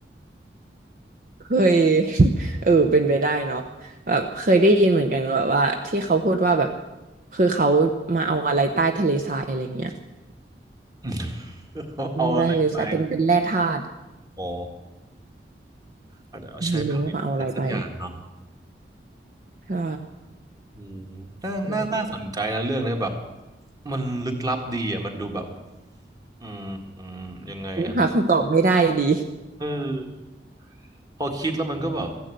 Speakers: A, on the right; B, on the right.
A: เคย <laughs> เออเป็นไปได้เนาะแบบเคยได้ยินเหมือนกันแบบว่าที่เขาพูดว่าแบบคือเขามาเอาอะไรใต้ทะเลทรายอะไรเงี้ย
B: <laughs> เขาเอาอะไรไป
A: อืมใต้ทะเลทรายเป็นเป็นแร่ธาตุ
B: อ๋ออาจจะเอาใช้ผลิตอะไรสักอย่างเนาะ
A: ไม่รู้ว่ามาเอาอะไรไปใช่
B: อืมน่าน่าน่าสนใจนะเรื่องเนี้ยแบบ
A: เออ
B: มันลึกลับดีอ่ะมันดูแบบอืมอืมยังไงครับ
A: ยังหาคำตอบไม่ได้ดี
B: เออ พอคิดแล้วมันก็แบบ